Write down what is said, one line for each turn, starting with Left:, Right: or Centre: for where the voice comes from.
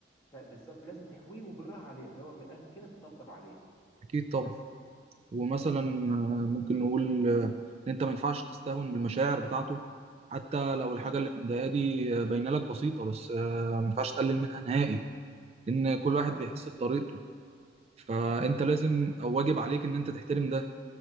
Left: فبالظبط لازم تحويه وبالراحه عليه اللي هو من الاخر كده تطبطب عليه
Right: اكيد طبعا
Left: بس
Right: ومثلا آه، ممكن نقول آه، ان انت ما ينفعش تستهون بالمشاعر بتاعته حتى لو الحاجه
Left: امم
Right: اللي مضايقاه دي آه، باينه لك بسيطه بس آه، ما ينفعش تقلل
Left: امم
Right: منها نهائي ان كل واحد
Left: ايوه
Right: بيحس بطريقته فانت
Left: امم
Right: لازم او واجب عليك ان انت تحترم ده